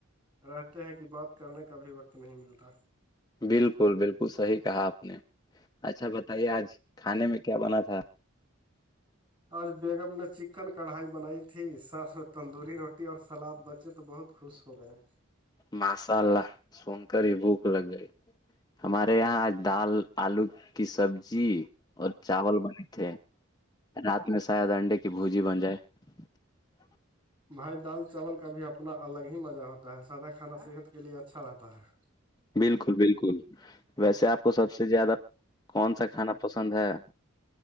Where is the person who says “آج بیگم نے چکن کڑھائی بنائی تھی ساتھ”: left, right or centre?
Right